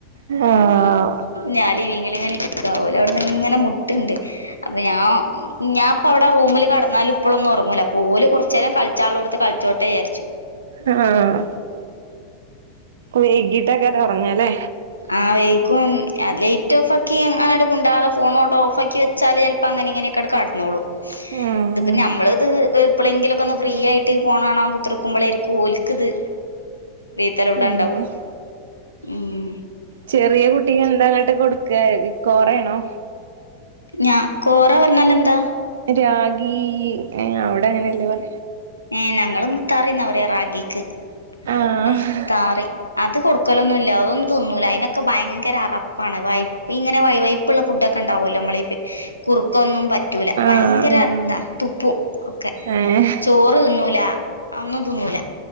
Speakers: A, on the right (about 60°); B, on the left (about 85°).
A: ആഹ്
B: ഞാ ഇങ്ങ ഇങ്ങനെ ഇരിക്കാവല അവിടന്ന് ഇങ്ങനെ ണ്ട് അപ്പൊ ഞാ ഞാൻപ്പ അവിടെ റൂമില് കെ ടന്നാലും ഇപ്പോഴൊന്നും ഉറങ്ങൂല ഓല് കുറച്ചേരം കളിച്ചളോടുത്ത് കളിച്ചോട്ടേ വിചരിച്ചു
A: ആഹ് വൈകിട്ടങ്ങനെ ഉറങ്ങാല്ലേ
B: ആഹ് വൈക്കും ലൈറ്റ് ഓഫാക്കി അങ്ങട്ട് മിണ്ടാതെ ഫോൺ ഓട്ടോ ഓഫ് ആക്കി വെച്ചാല് പ്പങ്ങനിങ്ങനൊക്കട് കിടന്നോളു
A: ഉം
B: ഇത്പ്പ നമ്മളത് എപ്പോളെങ്കിലൊക്കെ ഒന്ന് ഫ്രീയായിട്ട് ഫോണാണകുത്തിറുക്കുമ്പോളായിരിക്കും ഒൽക്ക്ത് ചെലവ്ടെ
A: അങ്ങനെ
B: ഉണ്ടാവ ഉഹ്
A: ചെറിയ കുട്ടിനന്താങ്ങോട്ട് കൊടുക്ക കോറയാണോ?
B: ഞാ കോറ പറഞ്ഞാലെന്താ?
A: രാഗി ഏഹ് അവിടങ്ങനെയല്ലേ പറ?
B: ഏഹ് ഞങ്ങൾ മുത്താറിന്നപറയ റാഗിക്ക്
A: ആഹ്
B: മുത്താറി അത് കൊടുക്കലൊന്നുല്ല അയൊന്നും തിന്നൂല അയിനൊക്കെ ഭയങ്കര അറപ്പാണ് വൈപ്പ ഇങ്ങനെ വൈ വൈ ഇപ്പോള്ള ഫുഡ്‌ക്കിണ്ടാവുയല്ലോ മ്മൾ കുറുക്കൊന്നും പറ്റൂല
A: ആഹ്
B: ഭയങ്കര ഇതാ തുപ്പും ഒക്കെ
A: ഏഹ്
B: ചോറ് തിന്നൂല ഒന്നും തിന്നൂല